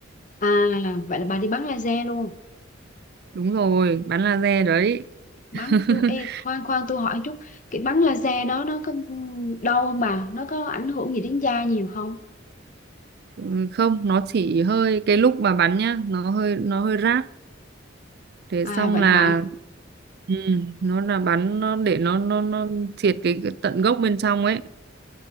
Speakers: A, on the left; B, on the right.
A: À, vậy là bà đi bắn laser luôn.
B: đúng rồi bắn laser đấy
A: Bắn
B: <laughs>
A: tôi ê, khoan khoan tôi hỏi chút, cái bắn laser đó nó có đau không bà? Nó có ảnh hưởng gì đến da nhiều không?
B: Ừ, không nó chỉ hơi cái lúc mà bắn nhá nó hơi nó hơi rát thế
A: À
B: xong
A: vậy
B: là
A: hả?
B: ừ, nó là bắn nó để nó nó nó triệt cái, cái tận gốc bên trong ấy